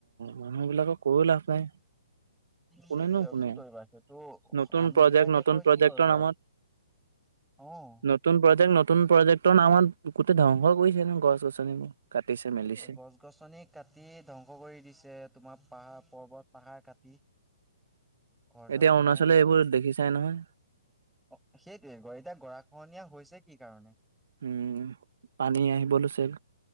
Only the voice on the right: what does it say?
মানুহ বিলাকক কৈও লাভ নাই। কুনেনো
শুনে,
নতুন
প্ৰজেক্ট
নতুন
প্ৰজেক্টৰ
নামত।
নতুন প্ৰজেক্ট নতুন প্ৰজেক্টৰ নামত গোটেই ধ্বংস কৰিছে ন গছ। গছনিবোৰ কাটিছে
মেলিছে
এতিয়া
অৰুণাচলে এইবোৰ
দেখিছাই নহয়
উম পানী আহিব লৈছিল।